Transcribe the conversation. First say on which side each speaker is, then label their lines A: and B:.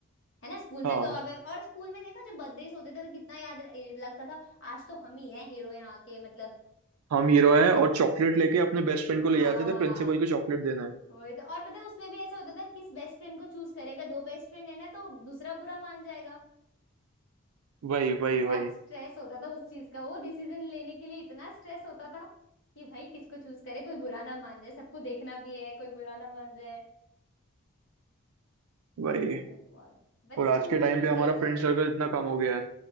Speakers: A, on the left (about 60°); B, on the right (about 80°).
A: है ना स्कूल में
B: हाँ
A: तो अब और स्कूल में देखा जब बर्थडे होते थे तो कितना याद र- ये लगता था आज तो हम ही हैं हीरो यहाँ के मतलब
B: हम हीरो हैं और चॉकलेट लेके अपने बेस्ट फ्रेंड को
A: हाँ
B: ले जाते थे प्रिंसिपल को चॉकलेट देना है
A: वही तो और पता है उसमें भी ऐसा होता था किस बेस्ट फ्रेंड को चूज करेगा दो बेस्ट फ्रेंड है ना तो दूसरा बुरा मान जाएगा
B: वही वही
A: बहुत
B: वही
A: स्ट्रेस होता था उस चीज का वो डिसीजन लेने के लिए इतना स्ट्रेस होता था कि भाई किसको चूज करे कोई बुरा ना मान जाए सबको देखना भी है कोई बुरा ना मान जाए
B: वही
A: बहुत बट
B: और
A: स्कूल
B: आज के टाइम पे हमारा
A: के तो
B: फ्रेंड सर्कल इतना कम हो गया है